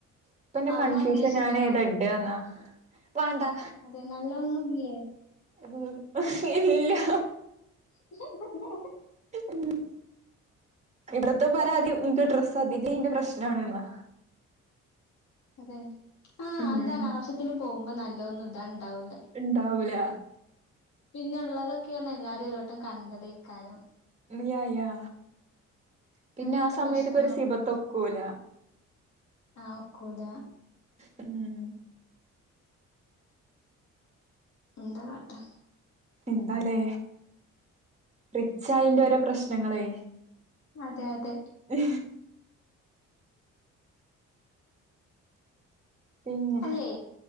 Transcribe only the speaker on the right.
ഇപ്പന്റെ
കൺഫ്യൂഷൻ
ഞാനേതാ ഇണ്ടാന്നാ വാണ്ടാ.
ഉം ഇല്ല്യ.
ഉം ഇവട്ത്തെ പരാതി ഇൻക്ക് ഡ്രസ് അധിക്കയ്ന്റെ പ്രശ്നാണ്ന്നാ.
ഉം
ഇണ്ടാവൂല.
യാ യാ പിന്നെ
ആഹ് സമയത്തൊര്
സിബത്ത്
ഒക്കൂല.
ഉം ഉം.
എന്താലേ റിച്ചയിന്റെ ഓരോ പ്രശ്നങ്ങളേ
ഏ പിന്നെ